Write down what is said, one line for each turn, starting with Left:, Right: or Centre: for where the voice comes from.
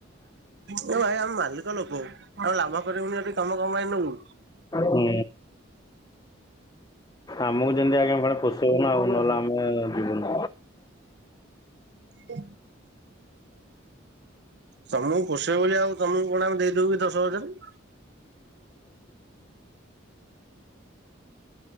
Right: ଭାଇ ଆମ ମାଲିକ ଲୋକ ଆମେ ଲାଭ କରିବୁନି ଏଠି କାମ କଣ ପାଇଁ ନବୁ?
Left: ହୁଁ ଆମକୁ ଯେମିତି ଆଜ୍ଞା ଫାଳେ ପୋଷେଇବ ନା ଆଉ ନହେଲେ ଆମେ ଯିବୁନୁ।
Right: ହ ତମକୁ ପୋଷେଇ ବୋଲି ଆଉ ତମକୁ କଣ ଆମେ ଦେଇଦଉ କି ଦଶ ହଜାରେ।